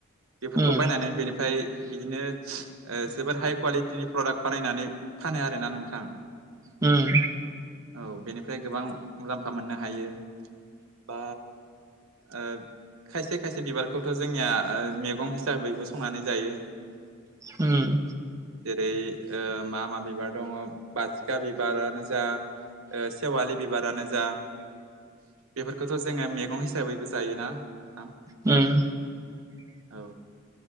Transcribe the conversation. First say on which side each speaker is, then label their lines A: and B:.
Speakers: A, on the right; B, on the right.
A: बेफोरखौ
B: उम
A: बायनानै बेनिफ्राय बिदिनो ओ जोबोद हाइ कुवालिटिनि प्रडाक्ट बानायनानै फानो आरोना नोंथां।
B: उम।
A: औ बेनिफ्राय गोबां मुलाम्फा मोननो हायो। बा ओ खायसे खायसे बिबारखौथ' जोंनिया ओ मैगं हिसाबै बयबो संनानै जायो।
B: उम।
A: जेरै ओ मा मा बिबार दङ बासिखा बिबारानो जा ओ सेवालि बिबारानो जा। बेफोरखौथ' जोङो मैगं हिसाबैबो जायोना नोंथां?
B: उम।
A: औ